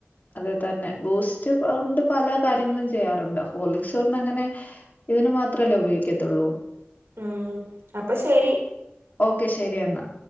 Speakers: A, on the left (about 45°); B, on the right (about 75°).
A: അത് തന്നെ ബൂസ്റ്റ്ണ്ട് പല കാര്യങ്ങളും ചെയ്യാറുണ്ട് ഹോർലിക്സ് അങ്ങനെ ഇതിന് മാത്രമല്ലേ ഉപയോഗിക്കത്തുള്ളൂ
B: ഉം അപ്പൊ ശരി
A: ഓക്കെ ശരി എന്നാ